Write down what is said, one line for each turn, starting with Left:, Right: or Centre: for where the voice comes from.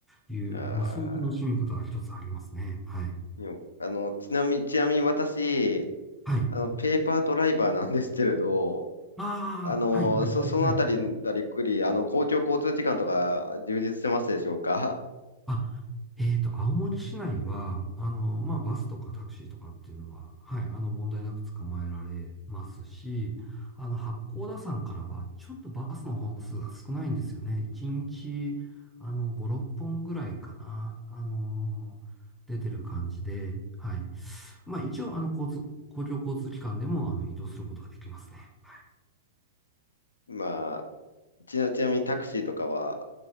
Centre: いう、
Left: あ
Centre: まあ、そういう楽しみ方が一つありますね。はい。
Left: ー、でもあの、ちなみに、ちなみに私、
Centre: はい。
Left: あの、ペーパードライバーなんですけれど、
Centre: ああ、
Left: あの、
Centre: はい、はい、
Left: そ、
Centre: はい、
Left: そのあたりだりっくり、
Centre: はい。
Left: あの、公共交通機関とか充実してますでしょうか
Centre: あ、えっと、青森市内は、あの、まあ、バスとかタクシーとかっていうのは、はい、あの、問題なく捕まえられますし、あの、八甲田山からは、ちょっとバスの本数が少ないんですよね。1日、あの、5、6本ぐらいかな、あの、出てる感じで、はい。まあ、一応、あの、交通、公共交通機関でも、あの、移動することができますね。はい
Left: <laughs> まあ、ちな、ちなみにタクシーとかは、